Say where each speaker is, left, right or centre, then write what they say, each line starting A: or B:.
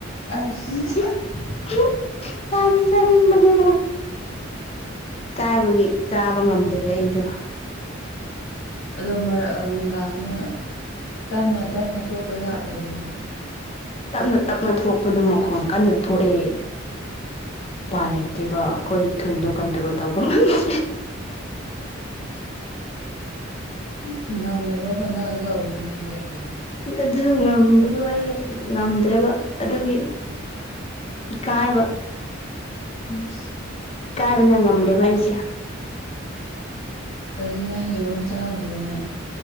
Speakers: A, on the left; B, on the left.
A: ꯑꯁ <unintelligible>
B: <unintelligible> ꯆꯥꯗꯤ ꯆꯥꯅꯤꯡꯕꯅꯤꯅ <unintelligible> ꯀꯥꯏꯕꯒꯤ ꯆꯥꯕ ꯉꯝꯗꯥꯔꯦ ꯑꯩꯗꯣ
A: ꯑꯗꯣ ꯃꯔꯛ ꯑꯥ ꯅꯨꯡꯗꯥꯡꯗ ꯑꯥ ꯇꯞꯅ ꯇꯞꯅ ꯊꯣꯛꯄ ꯌꯥꯗ꯭ꯔ ꯑꯗꯨꯗꯤ?
B: ꯇꯞꯅ ꯇꯞꯅ ꯊꯣꯛꯄꯗꯨ ꯃꯈꯣꯟ ꯀꯟꯅ ꯊꯣꯛꯑꯦ꯫ ꯎꯄꯥꯏ ꯂꯩꯇꯦꯕ ꯑꯈꯣꯏ ꯊꯨꯟꯗꯣ ꯀꯟꯇ꯭ꯔꯣꯜ ꯇꯧꯕꯉꯝ <unintelligible>
A: <unintelligible> ꯉꯝꯅꯕ ꯍꯣꯠꯅꯒꯗꯧꯕꯅꯤꯅꯦ ꯀꯩꯅꯣ
B: ꯑꯗꯨ ꯉꯝꯕꯗꯣ ꯑꯩ ꯉꯝꯗ꯭ꯔꯦꯕ ꯑꯗꯨꯒꯤ ꯏꯀꯥꯏꯕ
A: ꯑꯁ
B: ꯏꯀꯥꯏꯕꯅ ꯉꯝꯗ꯭ꯔꯦꯕ ꯑꯩꯁꯦ
A: ꯑꯗꯨꯗꯤ ꯅꯪ ꯌꯦꯔꯨꯝ ꯆꯥꯗ꯭ꯔꯦꯅꯦ?